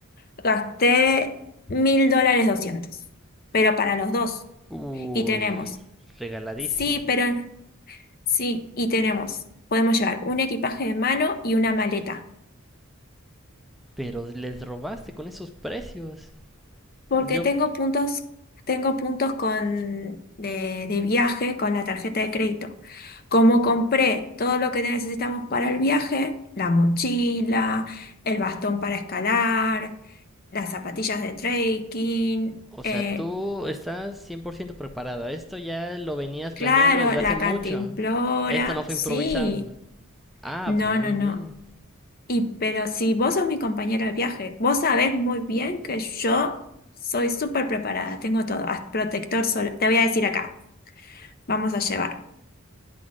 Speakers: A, on the left; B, in the centre.
A: gasté mil dólares doscientos. Pero para los dos.
B: Uy,
A: Y tenemos,
B: regaladísimo.
A: sí, pero... Sí, y tenemos, podemos llevar un equipaje de mano y una maleta,
B: Pero les robaste con esos precios.
A: porque
B: Yo,
A: tengo puntos, tengo puntos con, de, de viaje con la tarjeta de crédito. Como compré todo lo que necesitamos para el viaje, la mochila, el bastón para escalar, las zapatillas de trekking,
B: o
A: eh,
B: sea, tú estás 100% preparado. Esto ya lo venías
A: claro,
B: planeando desde hace
A: la
B: mucho.
A: cantimplora,
B: Esto no fue
A: sí,
B: improvisado. Ah,
A: no,
B: pero muy
A: no, no.
B: bien.
A: Y pero si vos sos mi compañero de viaje, vos sabés muy bien que yo soy súper preparada, tengo todo, haz- protector solar, te voy a decir acá, vamos a llevar.